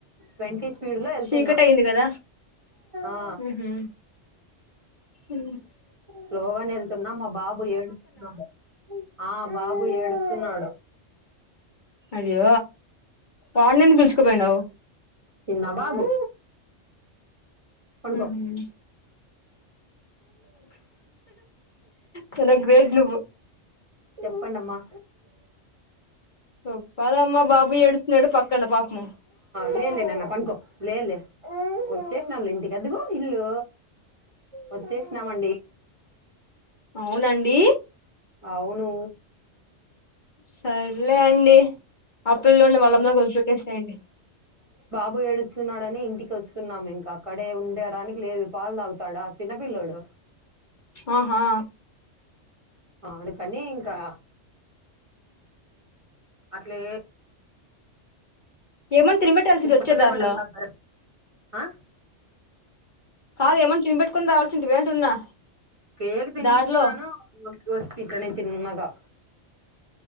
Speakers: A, on the right; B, on the left.
A: ట్వంటీ స్పీడ్ లో వెళ్తున్నా
B: చీకటి అయింది కదా
A: ఆ
B: ఉహుమ్ ఉమ్
A: సోలో గానే తున్నాం మా బాబు ఏడుస్తున్నాడు ఆ బాబు ఏడుస్తున్నాడు
B: అయ్యె వాడిని ఎందుకు పిలుచుకుపోయిన్నావు
A: చిన్న బాబు పనుకో
B: ఉహుమ్ చనా గ్రేట్ నువ్వు
A: చెప్పండమ్మా
B: చెపలమ్మ బాబు ఏడుస్తున్నాడు పక్కన పాపం
A: లేదులే నాన్న పనుకో లేలే వచ్చేసినాంలే ఇంటికి అదుగో ఇల్లు వచ్చేసినామండి
B: అవునండి
A: అవును
B: సరలే అండి ఆ పిల్లోడిని వాళ్ళ అమ్మ దగ్గర వదిలి పెట్టేసేయండి
A: అబ్బో ఏడుస్తున్నాడనే ఇంటికి వస్తున్నాము ఇంకా అక్కడే ఉండడానికి లేదు పాలు తాగుతాడా చిన్నపిల్లోడు
B: ఆహా
A: ఆ అందుకని ఇంకా అట్లే
B: ఏమన్నా తినిపెట్టాల్సింటివి
A: పిచ
B: వచ్చే
A: కిలోమీటర్
B: దారిలో
A: దగ్గర ఆ
B: కాదు ఏమన తిని బెట్టుకొని రావాల్సింటివి అంటున్నా
A: కేేకు తినిపించినాను
B: దారిలో
A: యువర్స్ కి కనెక్ట్ చేయి నున్నగా